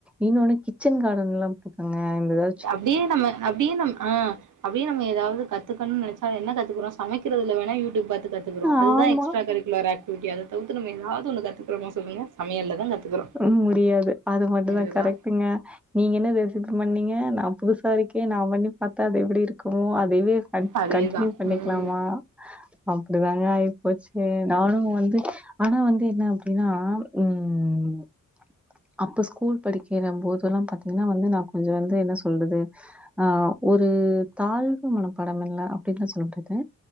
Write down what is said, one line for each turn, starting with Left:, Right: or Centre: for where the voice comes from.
Centre: இன்னொன்னு கிச்சன் கார்டன்லா க்குங்க இங்கவே
Right: அப்டியே நம்ம அப்டியே நம் ஆ அப்டியே நம்ம எதாவது கத்துக்கணுன் நெனச்சா என்ன கத்துக்குறோ சமைக்கிறதுல வேணா யூடியூப் பாத்து கத்துக்கிறோ அதுதா
Centre: ஆமா.
Right: எஸ்ட்ரா கரிக்குலர் ஆக்டிவிட்டி அத தவுத்து நம்ம எதாது ஒன்னு கத்துக்குறோமா சொல்லுங்க சமையல்ல தா கத்துக்குறோ
Centre: ம் முடியாது அது மட்டு தா
Right: அதுதா
Centre: கரெக்ட்டுங்க நீங்க என்ன ரெசிப்பி பண்ணீங்க நா புதுசா இருக்கே நா பண்ணி பாத்தா அது எப்டி இருக் கு அதயே கன்
Right: அதேதா
Centre: கன்ட்னியூ பண்ணிக்கலாமா
Right: ம்
Centre: அப்டிதாங்க ஆய் போச்சு நானு வந்து ஆனா வந்து என்ன அப்டின்னா ம் அப்ப ஸ்கூல் படிக்கிற போதெல்லா பாத்தீங்கனா வந்து நா கொஞ்சோ வந்து என்ன சொல்றது ஆ ஒரு தாழ்வு மனப்பாடமில்ல அப்டீனு சொல்ல முடியாது